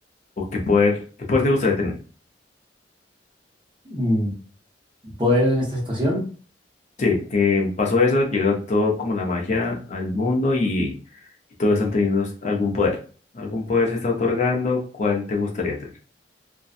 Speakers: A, on the left (about 40°); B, on the right (about 25°).
A: ¿O qué poder, qué poder te gustaría tener?
B: Mm, Poder en esta situación,
A: Sí, que pasó eso, llegó todo como la magia al mundo y, y todos están teniendo s- algún poder. Algún poder se está otorgando, ¿cuál te gustaría tener?